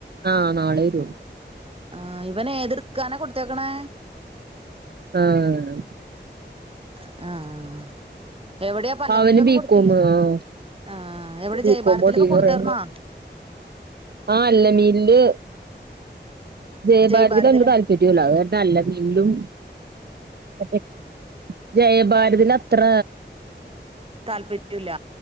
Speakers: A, on the right (about 60°); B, on the right (about 30°).
A: ആഹ് നാളെ രു
B: ആഹ് ഇവനെതിർക്കാനെ കൊടുത്തേക്കണേ
A: ആഹ്...
B: ആഹ് അഹ് അഹ് എവിടെയാ പല്ലമീനിലൊന്നും
A: അവന് ബികോം
B: കൊടുത്തില്ലേ
A: ആഹ്
B: ആഹ് എവിടെ
A: ബികോം
B: ജൈഭാരത്തിലൊക്കെ
A: മതീന്ന്
B: കൊടുത്തർന്നാ
A: പറയണ്ട ആഹ് അല്ലമീല് ജയഭാരതി
B: ജയഭാരതില്
A: നക്ക് താല്പര്യല്ല അരുടെല്ല നീലും മറ്റേ ജയഭാരതിൽ അത്ര
B: താല്പര്യില്ല